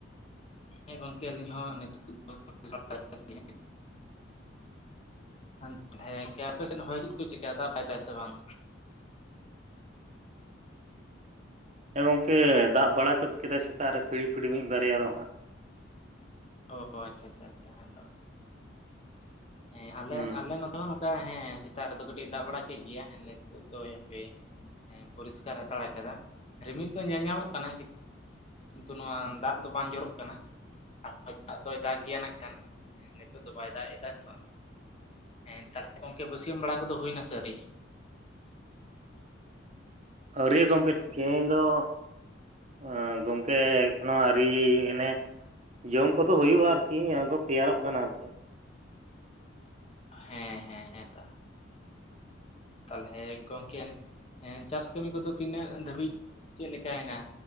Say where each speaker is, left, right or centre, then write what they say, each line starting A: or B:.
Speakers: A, on the left (about 30°); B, on the right (about 35°).
A: ᱦᱮᱸ ᱜᱚᱝᱠᱮ ᱟᱹᱞᱤᱧ ᱦᱚᱸ ᱱᱤᱛᱚᱜ ᱫᱚ <unintelligible> <unintelligible> ᱜᱚᱝᱠᱮ ᱟᱯᱮᱥᱮᱫ ᱦᱚᱭ ᱪᱮᱫ ᱠᱟ, ᱫᱟᱜ ᱫᱟᱭ ᱫᱟᱭ ᱥᱮ ᱵᱟᱝ?
B: ᱦᱮᱸ ᱜᱚᱝᱠᱮ ᱫᱟᱜ ᱵᱟᱲᱟ ᱜᱚᱫ ᱠᱮᱫᱟᱭ ᱥᱮᱛᱟᱜ ᱨᱮ ᱯᱷᱤᱲᱤ ᱯᱷᱤᱲᱤ ᱢᱤᱫ ᱵᱟᱨᱭᱟ ᱫᱚ ᱦᱟᱸᱜ᱾
A: ᱚ ᱟᱪᱪᱷᱟ ᱟᱪᱪᱷᱟ ᱟᱪᱪᱷᱟ ᱦᱮᱸ ᱛᱚ᱾ ᱦᱮᱸ ᱟᱞᱮ
B: ᱦᱩᱸ
A: ᱟᱞᱮ ᱱᱚᱛᱮ ᱦᱚᱸ ᱱᱚᱠᱟ ᱛᱟ ᱦᱮᱸ ᱥᱮᱛᱟᱜ ᱨᱮᱫᱚ ᱠᱟᱹᱴᱤᱡ-ᱮ ᱫᱟᱜ ᱵᱟᱲᱟ ᱠᱮᱫ ᱜᱮᱭᱟ᱾ ᱮ ᱱᱤᱛᱚᱜ ᱫᱚᱭ ᱦᱟᱯᱮ ᱦᱮᱸ ᱯᱚᱨᱤᱥᱠᱟᱨ ᱦᱟᱛᱟᱲ ᱟᱠᱟᱫᱟ ᱨᱤᱢᱤᱞ ᱫᱚ ᱧᱮᱞ ᱧᱟᱢᱚᱜ ᱠᱟᱱᱟᱭ ᱠᱤᱱᱛᱩ ᱱᱚᱣᱟ ᱫᱟᱜ ᱫᱚ ᱵᱟᱝ ᱡᱚᱨᱚᱜ ᱠᱟᱱᱟ ᱟᱨ ᱫᱟᱜ ᱫᱚᱭ ᱫᱟᱜᱽ ᱜᱮᱭᱟ ᱱᱟᱜᱠᱷᱟᱱ᱾ ᱦᱮᱸ ᱱᱤᱛᱳᱜ ᱫᱚ ᱵᱟᱭ ᱫᱟᱜ ᱮᱫᱟ ᱛᱷᱚ᱾ ᱦᱮᱸ ᱛᱟᱦᱚᱞᱮ ᱜᱚᱢᱠᱮ ᱵᱟᱹᱥᱭᱟᱹᱢ ᱵᱟᱲᱟ ᱠᱚᱫᱚ ᱦᱩᱭᱱᱟ ᱥᱮ ᱟᱹᱣᱨᱤ?
B: ᱟᱹᱣᱨᱤᱭᱟ ᱜᱚᱢᱠᱮ ᱛᱮᱦᱮᱧ ᱫᱚ ᱚ ᱜᱚᱝᱠᱮ ᱮᱠᱷᱚᱱᱳ ᱟᱹᱨᱤ ᱮᱱᱮ ᱡᱚᱢ ᱠᱚᱫᱚ ᱦᱩᱭᱩᱜᱼᱟ ᱟᱨᱠᱤ ᱟᱫᱚ ᱛᱮᱭᱟᱨᱚᱜ ᱠᱟᱱᱟ ᱟᱨᱠᱤ᱾
A: ᱦᱮᱸ ᱦᱮᱸ ᱦᱮᱸᱛᱚ᱾ ᱛᱟᱦᱞᱮ ᱜᱚᱝᱠᱮ ᱚᱱᱮ ᱦᱮᱸ ᱪᱟᱥ ᱠᱟᱹᱢᱤ ᱠᱚᱫᱚ ᱛᱤᱱᱟᱹᱜ ᱫᱷᱟᱹᱵᱤᱡ ᱪᱮᱫ ᱞᱮᱠᱟᱭᱱᱟ?